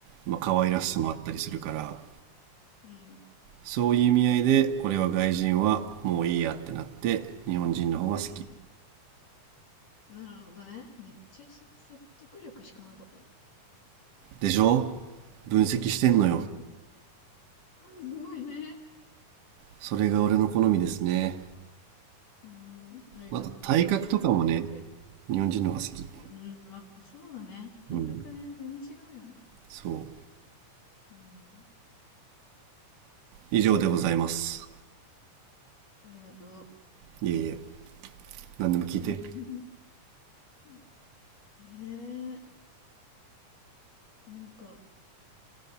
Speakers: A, on the right; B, on the left.
A: まあ、可愛らしさもあったりするから
B: うん、
A: そういう意味合いで俺は外人はもういいやってなって日本人の方が好き
B: うん、なるほどね。めっちゃ説得力しかなかった。
A: でしょ分析してんのよ
B: うん。すごいね。
A: それが俺の好みですね。
B: そうか。うん。ありがとう。
A: また体格とかもね、
B: 聞かせてくれて。
A: 日本人の方が好き。
B: うん。まあ、そうだね。大学で全然違うよね。
A: うん。そう。
B: うん。
A: 以上でございます。
B: じゃあ、ありがと
A: いえいえ。何でも聞いて。
B: う。うんうんええなんか、